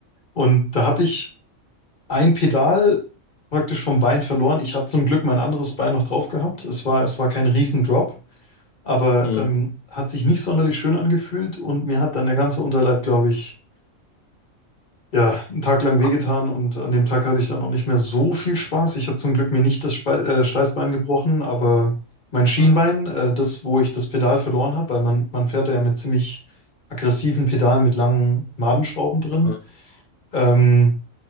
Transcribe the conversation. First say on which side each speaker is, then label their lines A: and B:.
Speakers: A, on the left (about 40°); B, on the left (about 65°).
A: Und da habe ich ein Pedal praktisch vom Bein verloren. Ich habe zum Glück mein anderes Bein noch drauf gehabt. Es war, es war kein Riesendrop, aber
B: Mhm.
A: ähm, hat sich nicht sonderlich schön angefühlt und mir hat dann der ganze Unterleib, glaube ich, ja, einen Tag lang wehgetan
B: <laughs>
A: und an dem Tag hatte ich dann auch nicht mehr so viel Spaß. Ich habe zum Glück mir nicht das Spe äh, Steißbein gebrochen, aber mein Schienbein,
B: Mhm.
A: äh, das, wo ich das Pedal verloren habe, weil man, man fährt da ja mit ziemlich aggressiven Pedalen mit langen Madenschrauben drin,
B: Mhm.
A: ähm,